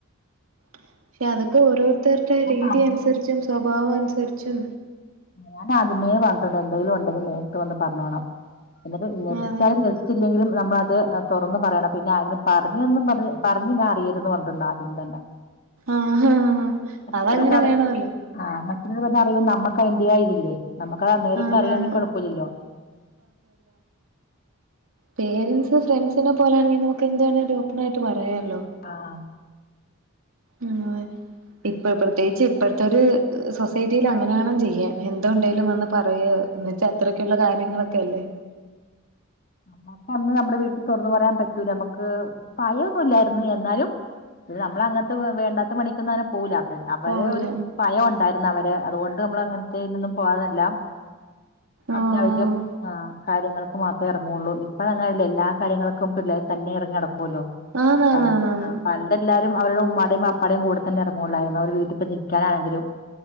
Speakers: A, on the right; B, on the left.
A: പക്ഷെ അതൊക്കെ ഓരോരുത്തരുടെ
B: ഞാൻ
A: രീതി
B: ആദ്യമേ
A: അനുസരിച്ചും സ്വഭാവം അനുസരിച്ചും
B: ഞാൻ ആദ്യമേ പറഞ്ഞിട്ടുണ്ട് എന്തെങ്കിലും ഉണ്ടെങ്കിൽ നേരിട്ട് വന്ന് പറഞ്ഞോണം എന്നിട്ട് നിരസിച്ചാലും
A: അതെ
B: നർസിച്ചില്ലെങ്കിലും നമ്മളത് തുറന്ന് പറയണം പിന്നെ അതിന് പറഞ്ഞന്നും പറഞ്ഞ് പറഞ്ഞ് ഞാൻ അറിയരുതന്ന് പറഞ്ഞിട്ടുണ്ട് ആദ്യം തന്നെ
A: ആഹാ
B: മറ്റുള്ളവരിൽ
A: അതങ്ങനെ
B: നിന്ന് അറി
A: വേണമല്ലോ
B: ആ മറ്റുള്ളവരിൽ നിന്നറിയുമ്പോ നമ്മ ക്കാ അതിന്റെ ആ ഇതില്ലേ നമ്മക്കാ നേരിട്ട്
A: ആന്നാണ്
B: അറിയാങ്കിൽ കുഴപ്പവില്ലല്ലോ
A: പേരെന്റ്സ് ഫ്രണ്ട്സിനെ പോലെ ആണെങ്കി നമ്മക്ക് എന്ത് വേണേലും ഓപ്പണായിട്ട് പറയാല്ലോ
B: ആഹ്
A: ആഹ് ഇപ്പ പ്രത്യേകിച്ച് ഇപ്പഴത്തെ ഒരു സൊസൈറ്റിയില് അങ്ങനെ വേണം ചെയ്യാൻ എന്തുണ്ടേലും വന്ന് പറയുവോ
B: പറയണം
A: എന്ന് വച്ചാ അത്രക്കുള്ള കാര്യങ്ങളൊക്കെ അല്ലേ
B: നമ്മക്ക് അന്ന് നമ്മുടെ വീട്ടിൽ തുറന്ന് പറയാൻ പറ്റൂല നമ്മുക്ക് ഭയം ഒന്നുമില്ലായിരുന്നു എന്നാലും ഇത് നമ്മളങ്ങനത്തെ വേണ്ടാത്ത പണിക്കൊന്നും അങ്ങനെ പോവൂല്ല അവര അവരെ
A: പോവില്ല
B: ഒരു ഭയം ഉണ്ടായിരുന്നു അവര് അതുകൊണ്ട് നമ്മൾ അങ്ങനത്തെ ഇതിനൊന്നും പോവതില്ല
A: ആഹ്
B: അത്യാവശ്യം ആഹ് കാര്യങ്ങൾക്ക് മാത്രമേ ഇറങ്ങുവുള്ളൂ ഇപ്പൊ അങ്ങനെയല്ല എല്ലാ കാര്യങ്ങൾക്കും പിള്ളേര് തന്നെ ഇറങ്ങി നടക്കൂല്ലോ
A: ആന്നാന്നാന്നാന്ന്
B: അതെ ആ <unintelligible> അപ്പോ എല്ലാവരും അവരുടെ ഉമ്മാടെയും ബാപ്പാടെയും കൂടെ തന്നെ ഇറങ്ങൂള്ളായിരുന്നു അവരുടെ വീട്ടിൽ പോയി നിക്കാനാണെങ്കിലും